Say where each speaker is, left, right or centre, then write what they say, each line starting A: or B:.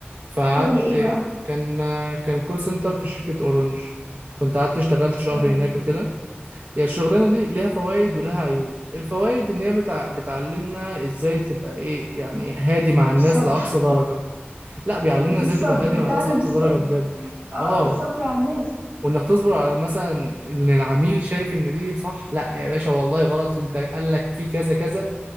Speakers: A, on the right; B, on the right.
A: فقعدت
B: شغل ايه بقى
A: كان كان كول سنتر في شركة اورنج كنت قعدت اشتغلت شهر
B: مم.
A: هناك وكده هي الشغلانة دي ليها فوائد ولها عيوب الفوائد ان هي بتع... بتعلمنا ازاي تبقى ايه يعني هادي مع
B: الصبر
A: الناس لأقصى درجة لا بيعلمنا
B: <laughs>
A: ازاي
B: الصبر
A: تبقى هادي مع
B: بتعلم
A: الناس لأقصى
B: الصبر
A: درجة بجد
B: اه
A: اه
B: الصبر على الناس
A: وانك تصبر على مثلا ان العميل شايف ان دي صح لا يا باشا والله غلط انت قال لك في كذا كذا